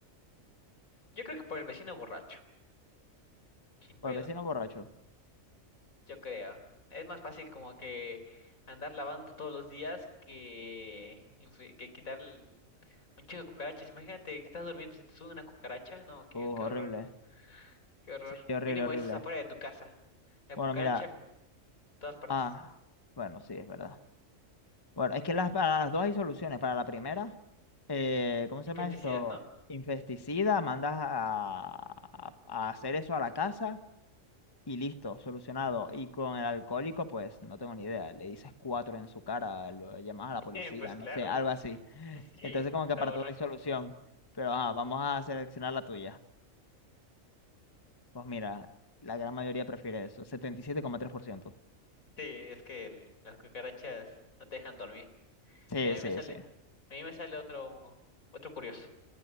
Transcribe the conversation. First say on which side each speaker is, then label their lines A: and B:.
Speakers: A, on the left; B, on the left.
A: Yo creo que por el vecino borracho. Sin pedos,
B: Por el vecino borracho.
A: yo creo. Es más fácil como que andar lavando todos los días que, infli- que quitar el- un chingo de cucarachas. Imagínate que estás durmiendo y se te sube una cucaracha. No, qué,
B: Uh,
A: qué
B: horrible.
A: horror, qué horror.
B: Sí, sí, horrible,
A: Mínimo
B: horrible.
A: eso es afuera de tu casa. La
B: Bueno,
A: cucaracha
B: mira.
A: todas partes.
B: Ah, bueno, sí, es verdad. Bueno, es que las,
A: Y-
B: para las dos hay soluciones. Para la primera, eh, ¿cómo se
A: Infesticidas,
B: llama esto?
A: ¿no?
B: Infesticida, mandas a, a- a hacer eso a la casa y listo, solucionado. Y con el alcohólico, pues no tengo ni idea. Le dices cuatro en su cara, lo llamas a la
A: <laughs>
B: policía,
A: Pues
B: no
A: claro,
B: sé, algo así.
A: <laughs> sí,
B: Entonces, como
A: está
B: que para
A: borracho.
B: todo hay solución. Pero ajá, vamos a seleccionar la tuya. Pues mira, la gran mayoría prefiere eso, setenta y siete coma tres por ciento.
A: Sí, es que el- las cucarachas no te dejan dormir.
B: Sí,
A: Mira, a
B: sí,
A: mí me sale,
B: sí.
A: a mí me sale otro, otro curioso.